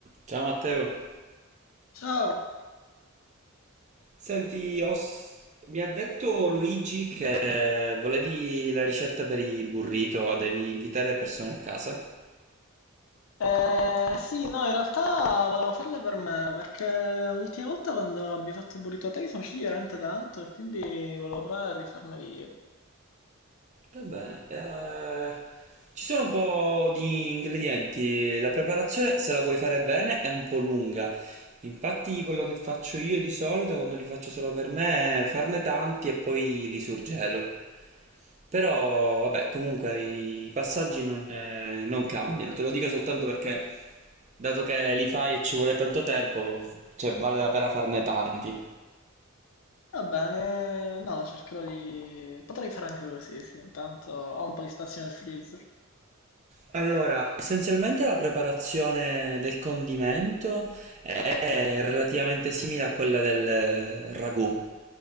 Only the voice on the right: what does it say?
Ciao Matteo,
senti, ho s- mi ha detto Luigi che volevi la ricetta per i burrito, devi invitare persone a casa.
Va bene, eh, ci sono un po' di ingredienti, la preparazione se la vuoi fare bene è un po' lunga, infatti quello che faccio io di solito quando li faccio solo per me è farne tanti e poi li surgelo. Però, vabbè, comunque i passaggi non, eh, non cambiano. Te lo dico soltanto perché, dato che li fai e ci vuole tanto tempo, cioè vale la pena farne tanti.
Allora, essenzialmente la preparazione del condimento è relativamente simile a quella del eh, ragù.